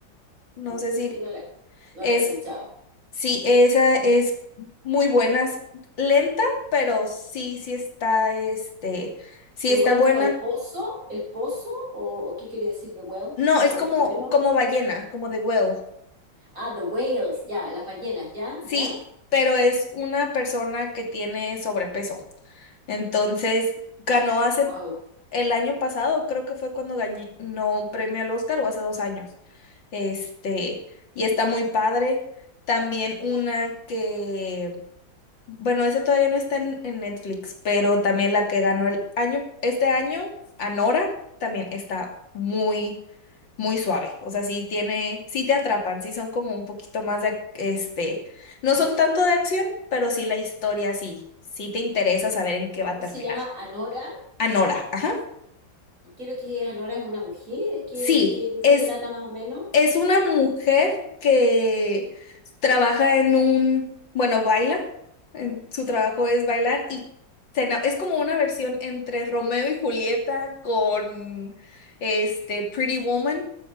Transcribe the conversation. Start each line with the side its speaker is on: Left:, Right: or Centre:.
Left: No
Right: no,
Left: sé
Right: es
Left: si
Right: así que no la, no
Left: es,
Right: la he escuchado.
Left: sí, esa es muy buena, es lenta, pero sí, sí está, este, sí
Right: The
Left: está
Right: Well
Left: buena.
Right: como el pozo, el pozo, o, o qué quiere decir The Well,
Left: No, es
Right: o
Left: como,
Right: los buenos.
Left: como ballena, como The Well.
Right: Ah, The Whales, ya, las ballenas, ya,
Left: Sí,
Right: ya.
Left: pero es una persona que tiene sobrepeso. Entonces, ganó hace
Right: Wow.
Left: el año pasado, creo que fue cuando ganó premio al Oscar o hace dos años. Este, y está muy padre. También una que, bueno, esa todavía no está en, en Netflix, pero también la que ganó el año, este año, Anora, también está muy, muy suave. O sea, sí tiene, sí te atrapan, sí son como un poquito más de, ac- este, no son tanto de acción, pero sí la historia, sí, sí te interesa saber en qué va
Right: ¿Cómo
Left: a terminar.
Right: se llama? Anora.
Left: Anora, ajá.
Right: Y quiero que Anora es una mujer. ¿De qué,
Left: Sí,
Right: de qué, de
Left: es,
Right: qué trata más o menos?
Left: es una mujer que trabaja en un, bueno, baila, en- su trabajo es bailar y se ena- es como una versión entre Romeo y Julieta con este Pretty Woman.